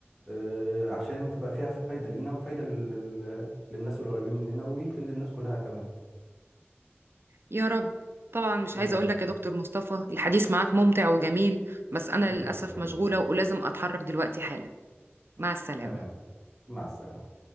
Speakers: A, in the centre; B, on the right (about 60°).
A: آه، عشان تبقى فيها فايدة لينا وفايدة لل... لل- للناس القريبين مننا ويمكن للناس كلها كمان
B: يا رب طبعا مش
A: يا
B: عايزه اقول لك يا دكتور مصطفى الحديث معاك ممتع وجميل بس انا
A: ربنا
B: للاسف
A: يخليكم
B: مشغوله ولازم اتحرك دلوقتي حالا مع السلامه
A: تمام مع السلامة